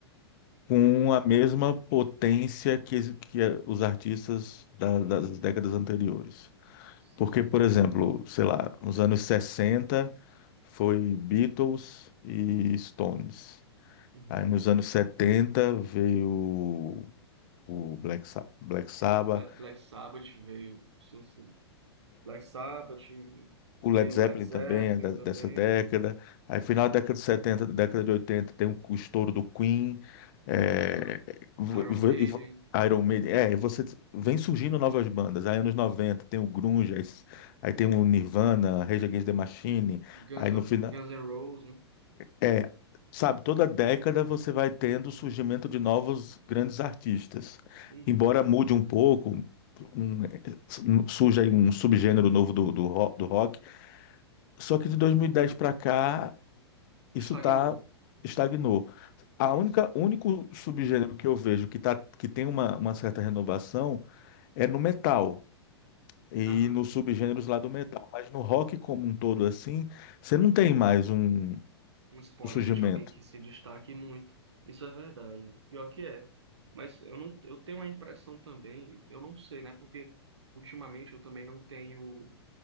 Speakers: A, on the left; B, on the right.
A: com
B: é verdade.
A: a mesma potência que, es- que eh, os artistas da- das décadas anteriores.
B: Sim.
A: Porque, por exemplo, sei lá, nos anos 60 foi Beatles e Stones.
B: Uhum.
A: Aí nos anos 70 veio o Black, Sa- Black Sabbath.
B: Ba- Black Sabbath veio, sim, sim. Black Sabbath
A: O
B: veio
A: Led Zeppelin
B: Led Zeppelin
A: também é da- dessa
B: também,
A: década. Aí, final
B: sim.
A: da década de 70, década de 80 tem o, o estouro do Queen. é,
B: Aham.
A: v-
B: Iron
A: v-
B: Maiden,
A: e v- Iron Maiden. É, e você vem surgindo novas bandas. Aí, anos 90 tem o Grunge. Aí, s- aí tem o Nirvana, Rage Against the Machine.
B: Guns,
A: Aí, no
B: of,
A: final.
B: Guns N' Roses, né?
A: É, sabe, toda década você vai tendo o surgimento de novos grandes artistas.
B: Uhum.
A: Embora mude um pouco. um- surge aí um subgênero novo do, do, ro- do rock, só que de 2010 para cá, isso
B: Estagnou.
A: tá estagnou. A
B: Isso.
A: única o único subgênero que eu vejo que tá que tem uma, uma certa renovação é no metal e
B: Aham.
A: nos subgêneros lá do metal, mas no rock como um todo assim, você não tem mais um,
B: Um expoente,
A: um surgimento.
B: alguém que se destaque muito. Isso é verdade. Pior que é. Mas eu não, eu tenho a impressão também, eu não sei, né? Porque ultimamente eu também não tenho,